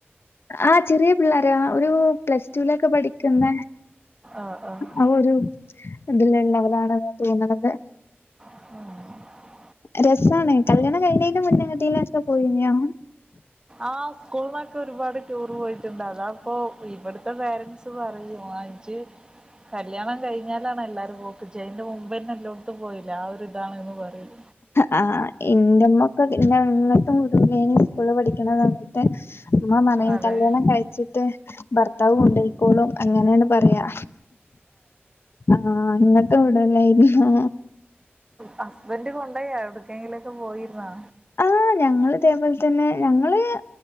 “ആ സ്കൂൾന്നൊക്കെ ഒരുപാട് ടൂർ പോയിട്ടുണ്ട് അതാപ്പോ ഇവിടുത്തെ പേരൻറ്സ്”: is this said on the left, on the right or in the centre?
Right